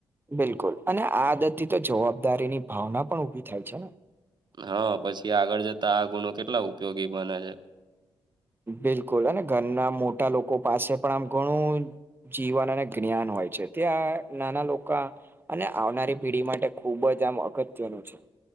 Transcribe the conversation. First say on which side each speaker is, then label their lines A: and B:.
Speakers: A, on the right (about 20°); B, on the right (about 50°).
A: બિલકુલ અને આ આદત થી તો જવાબદારી ની ભાવના પણ ઉભી થાય છે ને.
B: હા પછી આગળ જતા આ ગુણો કેટલા ઉપયોગી બને છે.
A: બિલકુલ અને ઘરના મોટા લોકો પાસે પણ આમ ઘણું. જીવન અને જ્ઞાન હોય છે ત્યાં નાના લોકો. અને આવનારી પેઢી માટે ખુબજ આમ અગત્યનું છે.